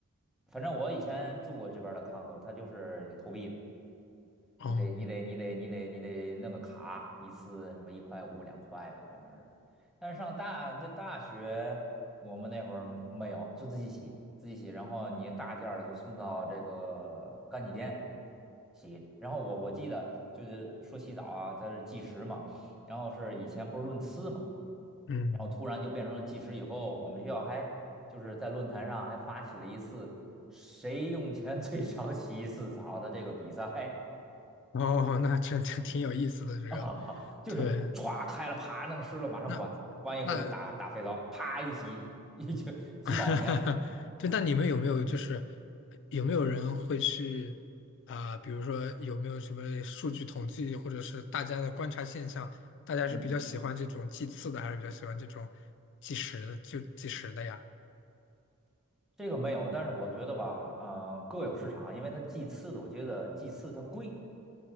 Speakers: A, in the centre; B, on the left (about 55°).
A: 反正我以前住过这边的 condo，它就是投币的，
B: 哦，
A: 你得你得你得你得你得弄个卡，一次什么一块五两块的，反正是。但是上大这大学，我们那会儿没有，就自己洗自己洗，然后你大件儿的就送到这个干洗店洗。然后我我记得就是说洗澡啊，它是计时嘛，然后是以前不是论次嘛。
B: 嗯，
A: 然后突然就变成了计时以后，我们学校还就是在论坛上还发起了一次谁用钱最少洗一次澡的这个比赛
B: <laughs> 哦，那真这挺有意思的这个，
A: <laughs> 啊，就是歘开了，
B: 对，
A: 啪弄湿了，马上关，
B: 那
A: 关以后就打打肥皂，
B: 那
A: 啪一洗，一就几毛钱。
B: <laughs> 哈哈哈，对，那你们有没有就是有没有人会去啊、比如说有没有什么数据统计，或者是大家的观察现象，大家是比较喜欢这种计次的，
A: 嗯，
B: 还是比较喜欢这种计时的就计时的呀？
A: 这个没有，但是我觉得吧，嗯、各有市场，因为它祭祀的，我觉得祭祀它贵，